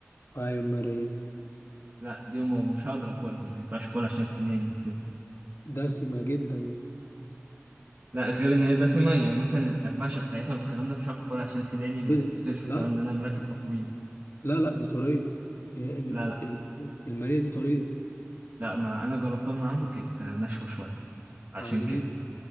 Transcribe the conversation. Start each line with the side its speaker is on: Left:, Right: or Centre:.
Left: ايوه ماريا
Right: لا دي ما- مش هقدر أكلها ما ينفعش أكلها عشان سناني وكده
Left: دسمه جدا
Right: لا غير إن هي دسمة يعني مثلا القرمشة بتاعتها والكلام ده مش هعرف أكلها عشان سناني ما
Left: إيه
Right: تتكسرش
Left: ده؟ لا
Right: والكلام ده أنا مراكب تقويم
Left: لا لا دي طريه هي ال-
Right: لا لا
Left: ال- الماريا دي طريه
Right: لا ما أنا جربتها من عنده كانت ناشفة شوية عشان
Left: عند
Right: كده
Left: مين